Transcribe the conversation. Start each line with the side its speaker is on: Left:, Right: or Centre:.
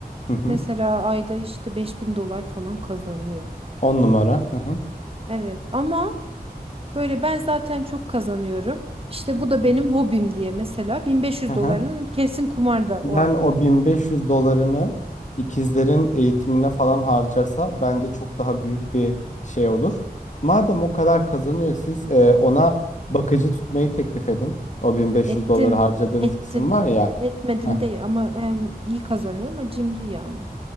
Left: hı hı.
Right: Mesela ayda işte 5000 dolar falan kazanıyor.
Left: On numara. Hı hı.
Right: Evet ama böyle ben zaten çok kazanıyorum. İşte bu da
Left: Hı
Right: benim
Left: hı.
Right: hobim diye mesela 1500
Left: Hı hı.
Right: dolarının kesin kumarda
Left: Yani
Right: o ay.
Left: o 1500 dolarını ikizlerin eğitimine falan harcarsa bence çok daha büyük bir şey olur. Madem o kadar kazanıyor siz e, ona bakıcı tutmayı teklif edin. O 1500
Right: Ettim,
Left: doları harcadığınız
Right: ettim.
Left: kısım var ya.
Right: Etmedim
Left: Heh.
Right: değil ama em, iyi kazanıyor ama cimri yani.